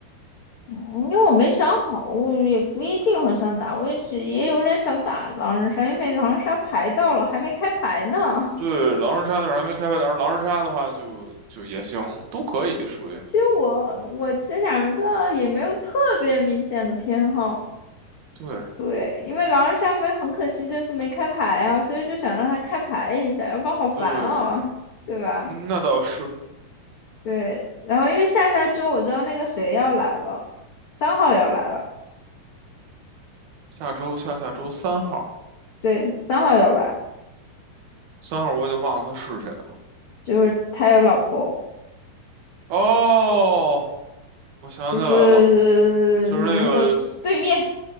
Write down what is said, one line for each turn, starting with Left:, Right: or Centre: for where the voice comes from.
Left: 嗯因为我没想好，我也不一定很想打，我也只也有点想打狼人杀，因为狼人杀牌到了还没开牌呢。
Right: 对，狼人杀就是还没开发，但是狼人杀的话就就也行，都可以属于。
Left: <laughs> 其实我我其实两个也没有特别明显的偏好，
Right: 对
Left: 对，因为狼人杀没很可惜这次没开牌啊，所以就想让他开牌一下，要不然好烦哦，
Right: 对，
Left: 对吧？
Right: 嗯那倒是。
Left: 对，然后因为下下周我知道那个谁要来了，三号要来了，
Right: 下周下下周三号，
Left: 对，三号要来，
Right: 三号我已经忘了他是谁了。
Left: 就是他有老婆。
Right: 哦，我想起来了，
Left: 就是你们的对面
Right: 就是那个，